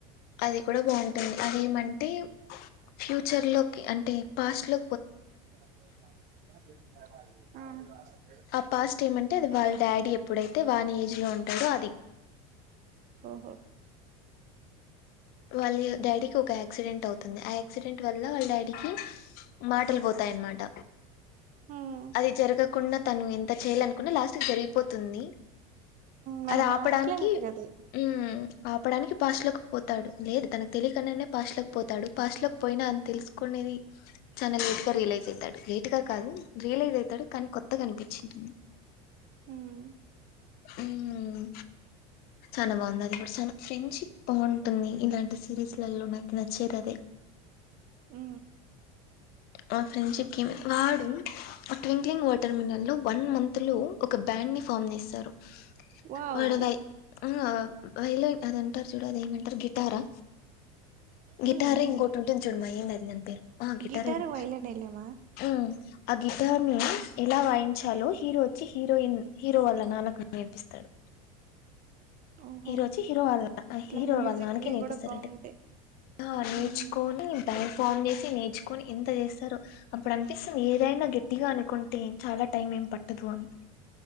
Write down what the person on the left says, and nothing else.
అది కూడా బాగుంటుంది అది ఏమంటే ఫ్యూచర్ లోకి అంటే పాస్ట్ లో
ఆ పాస్ట్ ఏమంటే అది వాళ్ళ డాడీ ఎప్పుడైతే వాని ఏజ్ లో ఉంటాడో అది
వాళ్లు డాడీకి ఒక యాక్సిడెంట్ అవుతుంది ఆ యాక్సిడెంట్ వల్ల వాళ్ళ డాడీకి మాటలు పోతాయన్నమాట
అది జరగకుండా తను ఎంత చేయ్యాలనుకున్నా లాస్ట్కి జరిగిపోతుంది
అది ఆపడానికి
మ్మ్ ఆపడానికి ఫాస్ట్ లోకిపోతు తాడు లేదు తనకు తెలియకున్నానే పాస్ట్ లోకి పోతాడు పాస్ట్లకు పోయినా అ తెలుసుకునేది ఛానెల్ పెట్ రియలైజ్ అయితాడు లేట్ గా కాదు రియలైజ్ అవుతాడు కానీ కొత్తగా అనిపిచ్చింటింది
మ్మ్ చానా వంగారి పర్సన్ ఫ్రెండ్షిప్ బాగుంటుంది ఇలాంటి సిరీస్లలో నాకు నచ్చేది అదే
మా ఫ్రెండ్ చెప్పింది వాడు ఆ ట్వింక్లింగ్ వాటర్ మిలన్ లో. వన్ మంత్ లో ఒక బ్యాండ్ ని ఫామ్ చేస్తారు
వాడదై ఆహా వైలైన్ అది అంటారు చూడు అది ఏమంటారు గిటారా
గిటారే ఇంకోటి ఉంటుంది చూడుమై ఏంది అది దాని పేరు ఆ గిట్టారే
అది
ఆ ఆ ఊ ఆ గిటార్నీ ఎలా వాయించాలో హీరో వచ్చి హీరోయిన్ హీరో వాళ్ళ నాన్నక నేర్పిస్తాడు
హీరో వచ్చి హీరో వాళ్ళ <inaudible>
హీరో
వాళ్ళ నాన్నకే నేర్పిస్తారంటద్.
ఆ హానేర్చుకోనీ
బ్యాండ్ ఫామ్ చేశి నేర్చుకొని ఎంత చేస్తారో అప్పుడు అనిపిస్తుంది ఏదైనా గట్టిగా అనుకుంటే చాలా టైం ఏం పట్టదు అని